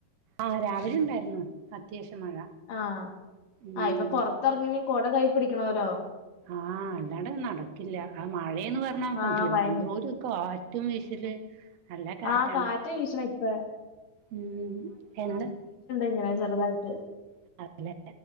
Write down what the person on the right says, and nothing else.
ആഹ് രാവിലെ ഉണ്ടായിരുന്നു അത്യാവശ്യം മഴ
ഉം
ആഹ് അല്ലണ്ട് നടക്കു ക്കില്ല ആഹ് മഴയന്ന് പറഞ്ഞാ
മതിയോ
എന്തോരകാറ്റും വീശല് നല്ല കാറ്റാണ്
ഉം എന്ത
<unintelligible> എന്താ